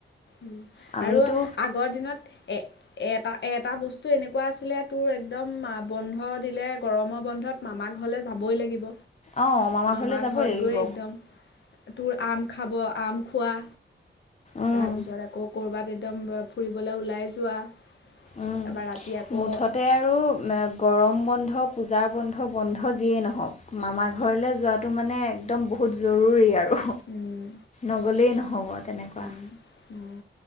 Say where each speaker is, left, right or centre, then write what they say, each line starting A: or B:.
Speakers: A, on the left (about 70°); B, on the left (about 35°).
A: উম
B: আমিতো
A: আৰু আগৰ দিনত এ এটা, এটা বস্তু এনেকুৱা আছিলে তোৰ একদম, বন্ধ দিলে গৰমৰ বন্ধত মামা ঘৰলৈ যাবৈ লাগিব।
B: অঁ
A: মামা
B: ঘৰলৈ যাবই
A: ঘৰত
B: লাগিব
A: গৈ একদম তোৰ আম খাব, আম খোৱা।
B: উম
A: তাৰ পিছত আকৌ ক'ৰবাত একদম ফুৰিবলৈ ওলাই যোৱা।
B: উম,
A: তাৰপৰা ৰাতি আকৌ
B: মুঠতে আৰু এ গৰম বন্ধ, পূজাৰ বন্ধ, বন্ধ যিয়েই নহওঁক, মামা ঘৰলৈ যোৱাত টো মানে একদম বহুত জৰুৰী আৰু
A: উম
B: নগ'লেই নহ'ব তেনেকুৱা।
A: উম,